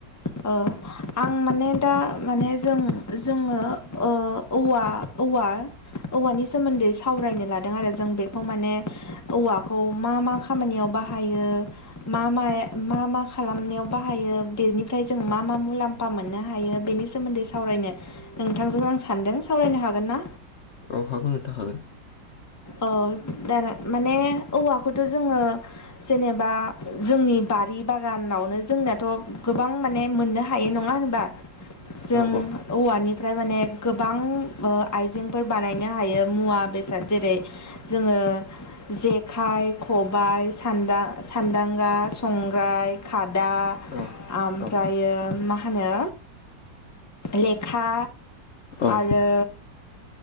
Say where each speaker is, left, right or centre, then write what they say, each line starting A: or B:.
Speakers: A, on the left; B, on the left.
A: ओ आं माने दा माने जों जोङो ओ औवा औवा औवानि सोमोन्दै सावरायनो लादों आरो जों बेखौ माने औवाखौ मा मा खामानियाव बाहायो मा माय मा मा खालामनायाव बाहायो बेनि जों मा मा मुलाम्फा मोननो हायो बेनि सोमोन्दै सावरायनो नोंथांजों आं सान्दों सावरायनो हागोनना
B: औ हागोन नोंथां हागोन
A: औ <unintelligible> माने औवाखौथ' जोङो जेनेबा जोंनि बारि बागानावनो जोंनाथ' गोबां माने मोननो हायो नङा होनबा जों
B: औ औ
A: औवानिफ्राय माने गोबां ओ आइजेंफोर बानायनो हायो मुवा बेसाद जेरै जोङो जेक खाइ खबाइ सानदा सान्दांगा संग्राय खादा
B: औ
A: आमफ्रायो
B: औ
A: मा होनो लेखा
B: औ
A: आरो